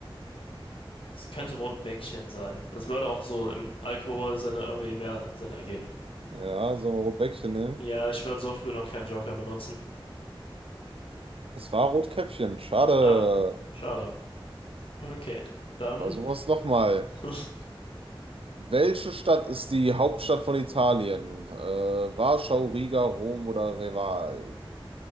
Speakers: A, on the left; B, on the right.
A: es könnte Rotbäckchen sein. Das würde auch so im Alkoholsinne irgendwie mehr Sinn ergeben.
B: Ja, sollen wir Rotbäckchen nehmen?
A: Ja, ich würde so früh noch keinen Joker benutzen.
B: Es war Rotkäppchen. Schade.
A: Ah, schade. Okay. Dann.
B: Versuchen wir es nochmal.
A: <laughs>
B: Welche Stadt ist die Hauptstadt von Italien? Äh, Warschau, Riga, Rom oder Reval?